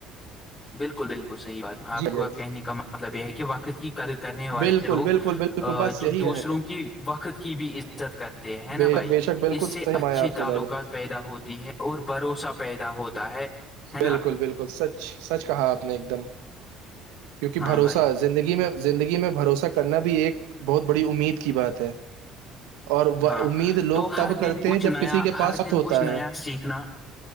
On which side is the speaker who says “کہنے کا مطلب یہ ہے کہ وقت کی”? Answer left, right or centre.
Left